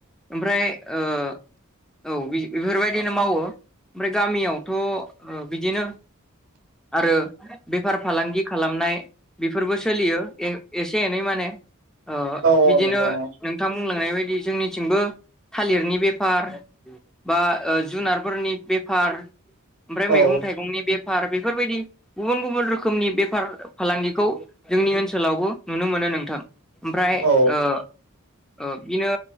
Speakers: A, in the centre; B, on the right (about 85°).
A: ओमफ्राय ओ औ बेफोरबायदिनो मावो ओमफ्राय गामियावथ ओ बिदिनो आरो बेफार फालांगि खालामनाय बेफोरबो सोलियो ए एसे एनै माने। ओ
B: औ नोंथां औ
A: बिदिनो
B: नोंथां औ
A: नोंथां बुंलांनाय बा <unintelligible> जोंनिथिंबो थालिरनि बेफार बा जुनारफोरनि बेफार ओमफ्राय
B: औ
A: मैगं थाइगंनि बे फार बेफोरबायदि गुबुन गुबुन रोखोमनि बेफार फालांगि खौ जोंनि ओनसोलावबो नुनो मोनो नोंथां। ओमफ्राय
B: औ
A: ओ ओ बिनो